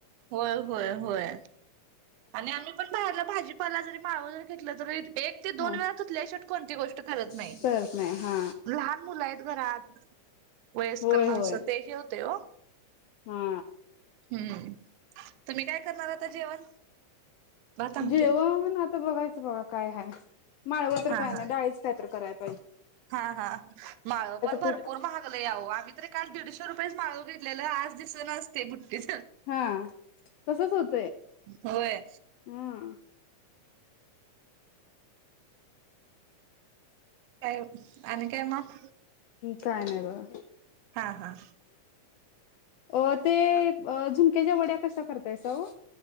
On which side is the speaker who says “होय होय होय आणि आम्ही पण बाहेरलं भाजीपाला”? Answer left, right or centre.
Right